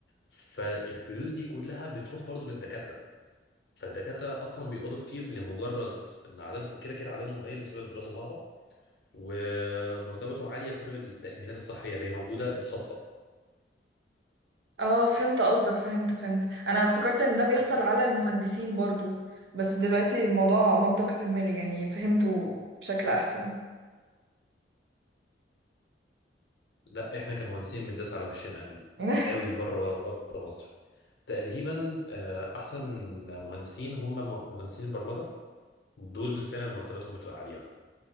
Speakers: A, on the left (about 65°); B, on the right (about 70°).
A: فالفلوس دي كلها بتروح برضو للدكاترة فالدكاترة أصلا بيقبضوا كتير لمجرد إن عددهم كده كده عددهم قليل بسبب الدراسة صعبة ومرتباتهم عالية بسبب التأمينات الصحية اللي هي موجودة الخاصة
B: اه فهمت قصدك فهمت فهمت انا افتكرت ان ده بيحصل على المهندسين برضو بس دلوقتي الموضوع منطقي في دماغي يعني فهمته بشكل احسن
A: لا إحنا كمهندسين بنداس على وشنا أوي
B: <laughs>
A: أوي بره بره مصر تقريبا آه، أحسن مهندسين هم مهندسين البرمجة دول فعلا مرتباتهم بتبقى عاليه